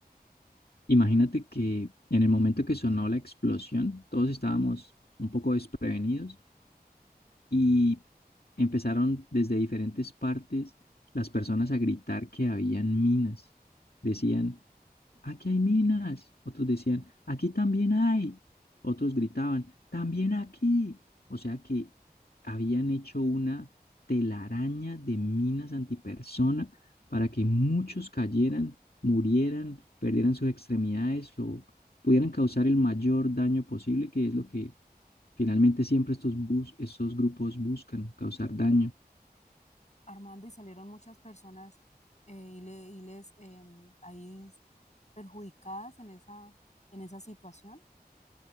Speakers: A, on the left; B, on the left.
A: Imagínate que en el momento que sonó la explosión, todos estábamos un poco desprevenidos y empezaron desde diferentes partes las personas a gritar que habían minas. Decían, aquí hay minas. Otros decían, aquí también hay. Otros gritaban, también aquí. O sea que habían hecho una telaraña de minas antipersona para que muchos cayeran, murieran, perdieran sus extremidades o pudieran causar el mayor daño posible, que es lo que finalmente siempre estos bus, estos grupos buscan, causar daño.
B: Armando y salieron muchas personas eh, y, le- y les em, ahí perjudicadas en esa, en esa situación.